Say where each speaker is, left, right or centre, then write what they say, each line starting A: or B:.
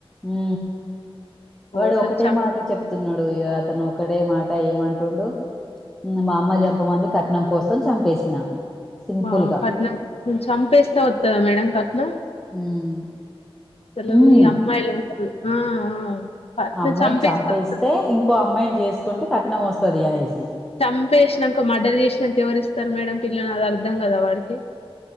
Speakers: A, in the centre; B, on the left.
A: ఉ వాడు
B: అసలు
A: ఒకటే
B: చం
A: మాట చెప్తున్నడు ఇక అతను ఒకటే మాట ఏమంట ఉండు మా అమ్మ చెప్ప మంది కట్నం కోసం చంపేసిన సింపుల్‌గా.
B: బా కట్నం చంపేస్తే వస్తుదా మేడం క న
A: హ్మ్.
B: సలవు
A: హ్మ్.
B: ఈ అమ్మా ఎలా ఆ కట్నం
A: అమ్మాయిని
B: చంపేస్తా
A: చంపేస్తే
B: వస్తది
A: ఇంకో అమ్మాయిని చేస్త కుంటే కట్నం వస్తది అనేసి
B: చంపేసినాక మర్డర్ చేసినాక ఎవరిస్తారు మేడం పిల్లని అది అర్థం కదా వాడికి